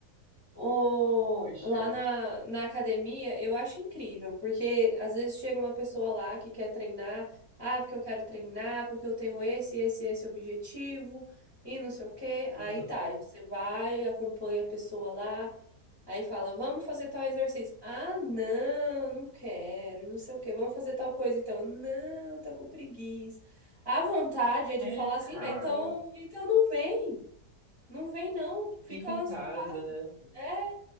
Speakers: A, on the left; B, on the right.
A: O,
B: Poxa,
A: lá na, na academia, eu acho incrível, porque às vezes chega uma pessoa lá que quer treinar, ah, porque eu quero treinar, porque eu tenho esse, esse, esse objetivo, e não sei o quê. Aí
B: uhum.
A: tá, aí você vai, acompanha a pessoa lá, aí fala, vamos fazer tal exercício. Ah, não, não quero, não sei o quê, vamos fazer tal coisa então. Não, tô com preguiça. A vontade é de
B: É,
A: falar assim,
B: cara,
A: ah, então, então não vem, não vem não, fica
B: fica em
A: lá na
B: casa,
A: sua casa.
B: né?
A: É,